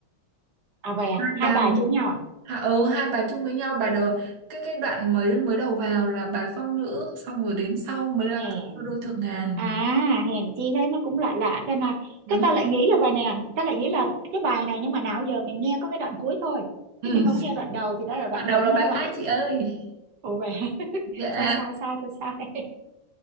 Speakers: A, on the right (about 60°); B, on the right (about 75°).
A: à vậy à
B: hai
A: hai
B: bài
A: bài chung nhau à
B: Hạ ừ, hai bà chung với nhau bà đầu cái cái đoạn mới mới đầu vào là bà phong nữ xong rồi đến sau mới là
A: hèn
B: tự do đô thượng ngàn
A: à hèn chi thế nó cũng lạ lạ cái này
B: đúng
A: cái ta lại nghĩ là bài này là- ta lại nghĩ là cái bài này nhưng mà nào giờ mình nghe có cái đoạn cuối thôi
B: ừ.
A: chứ mình không nghe đoạn đầu thì đó là đoạn
B: Đoạn đầu
A: đầu nó
B: là
A: như
B: bài
A: vậy
B: khác chị ơi
A: ồ vậy à? <laughs>
B: dạ
A: sai sai sai tôi sai